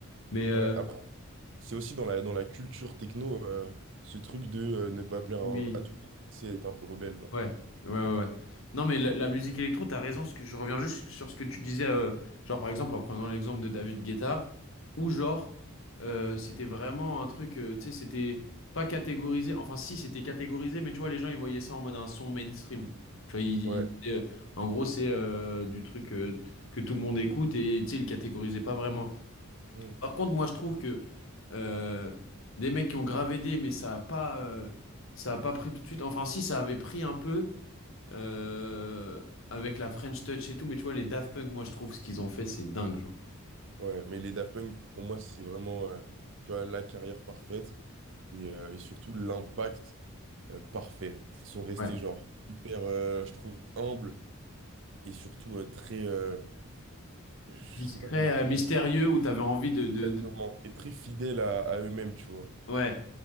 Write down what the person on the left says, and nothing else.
Mais euh,
oui.
Ouais, ouais, ouais. ouais. Non, mais la, la musique électro, t'as raison. Ce que, je reviens juste sur ce que tu disais, euh, genre par exemple en prenant l'exemple de David Guetta, où genre euh, c'était vraiment un truc, euh, tu sais, c'était pas catégorisé. Enfin, si, c'était catégorisé, mais tu vois, les gens ils voyaient ça en mode un son mainstream. Tu vois, ils,
ils disaient, euh, en gros, c'est euh, du truc euh, que tout le monde écoute et tu sais, ils le catégorisaient pas vraiment.
Par contre, moi, je trouve que euh, des mecs qui ont gravé des, mais ça a pas, euh, ça a pas pris tout de suite. Enfin, si, ça avait pris un peu euh, avec la French Touch et tout, mais tu vois, les Daft Punk, moi, je trouve ce qu'ils ont fait, c'est dingue, genre.
Ouais.
Discret,
euh, mystérieux,
où t'avais envie de, de,
de-
Ouais,